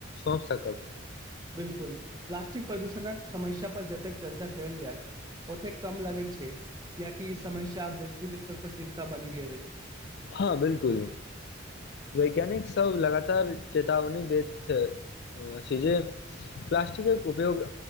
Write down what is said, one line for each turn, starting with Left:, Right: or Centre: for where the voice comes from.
Left: सौंप सकब।
Right: बिलकुल प्लास्टिक प्रदूषणक समस्या पर जतेक चर्चा कयल जाय ओतेक कम लगैत छै कियकि ई समस्या वैश्विक स्तर पर चिन्ता बनि गेल अछि।
Left: हँ बिलकुल वैज्ञानिकसभ लगातार चेतावनी दैत अछि जे प्लास्टिकक उपयोग